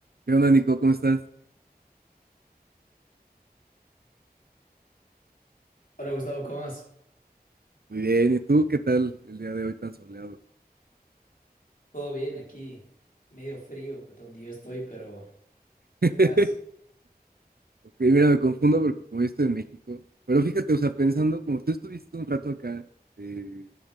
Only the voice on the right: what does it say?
¿Qué onda, Nico? ¿Cómo estás?
Muy bien. ¿Y tú qué tal el día de hoy tan soleado?
<laughs>
Ok, mira, me confundo porque como yo estoy en México, pero fíjate, o sea, pensando, como tú estuviste un rato acá, eh,